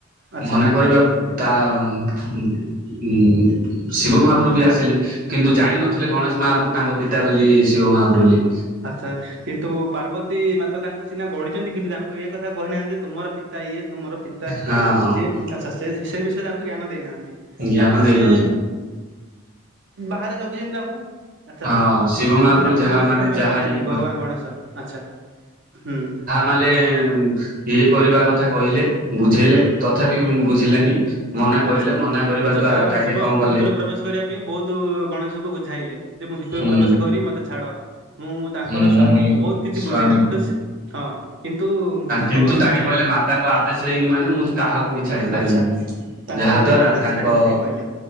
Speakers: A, on the right; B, on the right.
A: ଆଚ୍ଛା
B: ମନା କରିବା ତା ହୁଁ ହୁଁ ଶିବ ମହାପୁରୁ ବି ଆସିଲେ କିନ୍ତୁ ଜାଣିିନଥିଲେ
A: ହଁ।
B: ଗଣେଶ ମହାପ୍ରଭୁ ତାଙ୍କ ପିତା ବୋଲି ଶିବ ମହାପ୍ରୁ ବୋଲି।
A: ଆଚ୍ଛା କିନ୍ତୁ ପାର୍ବତୀ ମାତେ ତାଙ୍କୁ ସିନା ଗଡିଛନ୍ତି କିନ୍ତୁ ତାଙ୍କୁ ଏ କଥା କହିନାହାନ୍ତି ଯେ ତୁମର ପିତା ଇଏ ତୁମର ପିତା
B: ହଁ
A: ସିଏ ଆଚ୍ଛା ସେ ସେ ବିଷୟରେ ତାଙ୍କୁ ଜ୍ଞାନ ଦେଇନାହାନ୍ତି।
B: ଜ୍ଞାନ
A: ତାପରେ
B: ଦେଇନାହାନ୍ତି
A: ସେ ବାହାରେ ଜଗିଛନ୍ତି ତାଙ୍କୁ। ଆଚ୍ଛା
B: ହଁ ଶିବ ମହାପ୍ରଭୁ
A: ତାଙ୍କୁ
B: ଯାହା
A: ସୁରକ୍ଷା
B: ମାନେ
A: ପ୍ରଦାନ
B: ଯାହା
A: କରୁଛନ୍ତି
B: ଇଏ
A: ଭଗବାନ ଗଣେଶ ଆଚ୍ଛା ହୁଁ।
B: ମାଲେ ଇଏ କରିବା କଥା କହିଲେ, ବୁଝେଇଲେ,
A: ହୁଁ
B: ତଥାପି
A: ହୁଁ।
B: ଉଁ ବୁଝିଲେନି। ମନା କରିଲେ
A: ଆଚ୍ଛା।
B: ମନା କରିବା
A: ଆଚ୍ଛା
B: ଦ୍ଵାରା
A: ଭଗବାନ
B: ତାଙ୍କେ
A: ଶିବ
B: କଣ କଲେ।
A: ଭିତରୁ ପ୍ରବେଶ କରିବା ପାଇଁ ବହୁତୁ ଗଣେଶଙ୍କୁ ବୁଝାଇଲେ ଯେ ମୁଁ ଭିତରୁ
B: ହୁଁ
A: ପ୍ରବେଶ କରି ମୋତେ ଛାଡ଼। ମୁଁ ତାଙ୍କର
B: ମୁଁ
A: ସ୍ଵାମୀ ବହୁତ କିଛି
B: ସ୍ଵାମୀ
A: ବୁଝେଇଲେ ପଟ ସେ ହଁ କିନ୍ତୁ। ଗଣେଶ
B: କିନ୍ତୁ
A: ଭଗବାନ
B: ତାଙ୍କେ
A: ବୁଝିଲେ
B: କହିଲେ
A: ନାହିଁ
B: ମାତାଙ୍କ ଆଦେଶ ହେଇନି ମାନେ ମୁଁ କାହାକୁ ବି ଛାଡି ପାରିବିନି।
A: ଆଚ୍ଛା। ତାଙ୍କ
B: ଯାହାଦ୍ଵାରା
A: ବିନା ଆଦେଶରେ
B: ତାଙ୍କ
A: ଛାଡିବେ ନାହିଁ କହିଲେ